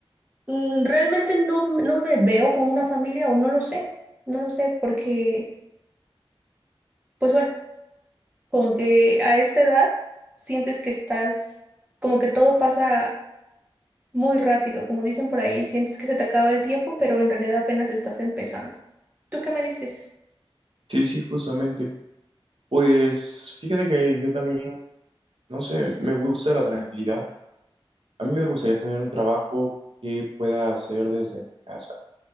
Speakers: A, on the right; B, on the right.
A: Mm, Realmente no, no me veo con una familia o no lo sé, no lo sé porque pues bueno, como que a esta edad sientes que estás, como que todo pasa muy rápido, como dicen por ahí, sientes que se te acaba el tiempo, pero en realidad apenas estás empezando. ¿Tú qué me dices?
B: Sí, sí, justamente. Pues fíjate que yo también, no sé, me gusta la tranquilidad. A mí me gustaría tener un trabajo que pueda hacer desde mi casa.